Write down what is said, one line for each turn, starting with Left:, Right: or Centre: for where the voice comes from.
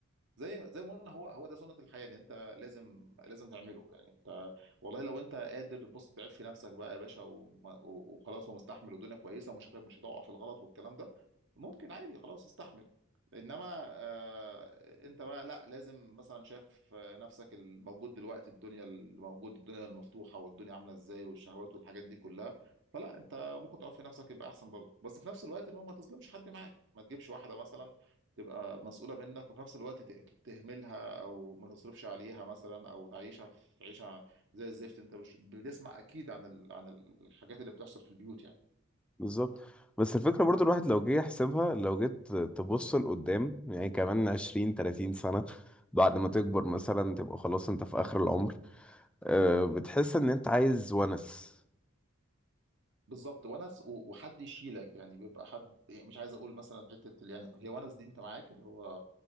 Right: زي زي ما قلنا هو هو ده سنة الحياة ان انت لازم لازم تعمله يعني انت والله لو انت قادر بص تعف في نفسك بقى يا باشا وما- و- وخلاص ومستحمل والدنيا كويسة ومش هت- مش هتقع في الغلط والكلام ده ممكن عادي خلاص استحمل انما آه انت بقى لا لازم مثلا شايف آه، نفسك الموجود دلوقتي الدنيا الموجود الدنيا المفتوحة والدنيا عاملة ازاي والشهوات والحاجات دي كلها فلا انت ممكن تقف في نفسك يبقى احسن برضه بس في نفس الوقت ان هو ما تظلمش حد معاك ما تجيبش واحدة مثلا تبقى مسؤولة منك وفي نفس الوقت ت- تهملها أو ما تصرفش عليها مثلا أو تعيشها في عيشة زي الزفت أنت مش بتسمع أكيد عن ال... عن الحاجات اللي بتحصل في البيوت يعني
Centre: بالظبط بس الفكرة برضو الواحد لو جه يحسبها لو جيت تبص لقدام يعني كمان عشرين تلاتين سنة بعد ما تكبر مثلا تبقى خلاص انت في آخر العمر أه بتحس ان انت عايز ونس
Right: بالظبط ونس و- وحد يشيلك يعني بيبقى حد يعني مش عايز أقول مثلا حتة ال- يعني هي ونس دي أنت معاك اللي هو